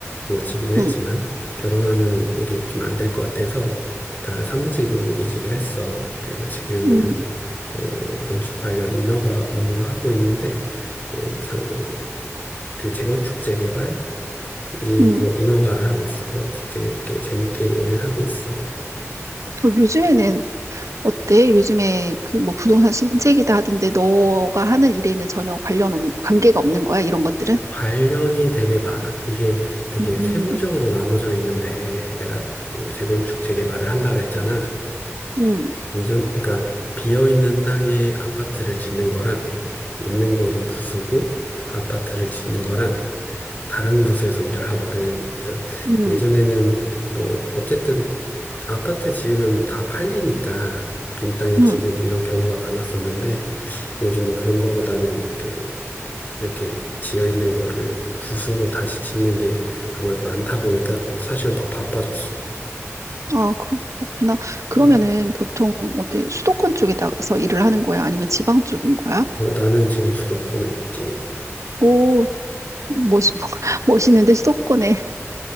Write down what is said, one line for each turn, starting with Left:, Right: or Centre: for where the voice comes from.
Left: 뭐 지금 했지만
Right: 응,
Left: 결혼하면은 이게 좀 안 될 것 같아서 다 사무직으로 이직을 했어. 그래서 지금은
Right: 응,
Left: 어, 건축 관련 인허가 업무를 하고 있는데 어, 참 그 재건축 재개발 이거
Right: 응.
Left: 인허가를 하고 있어. 그래서 되게, 이렇게 재밌게 일을 하고 있어.
Right: 어, 요즘에는 어때? 요즘에 그 뭐 부동산 심책기다 하던데 너가 하는 일에는 전혀 관련 없, 관계가 없는 거야? 이런 것들은?
Left: 관련이 되게 많아. 이게 되게
Right: 음,
Left: 세부적으로 나눠져 있는데 내가 좀그 재건축 재개발을 한다 그랬잖아.
Right: 음, 음,
Left: 이전 그러니까 비어 있는 땅에 아파트를 짓는 거랑 있는 거를 부수고 아파트를 짓는 거랑 다른 부서에서 일을 하거든. 그래서
Right: 음.
Left: 예전에는 뭐 어쨌든 아파트 지으면 다 팔리니까 빈 땅에
Right: 음.
Left: 짓는
Right: 음.
Left: 이런 경우가 많았었는데 요즘은 그런 거보다는 그 이렇게 지어 있는 거를 부수고 다시 짓는 게 아무래도 많다 보니까 사실 더 바빠졌어.
Right: 아, 그렇구나. 그러면은
Left: 음,
Right: 보통 어때? 수도권 쪽에다가서 일을 하는 거야? 아니면 지방 쪽인 거야?
Left: 뭐 나는 지금 수도권에 있지.
Right: 오, 멋있, <laughs> 멋있는데 수도권에서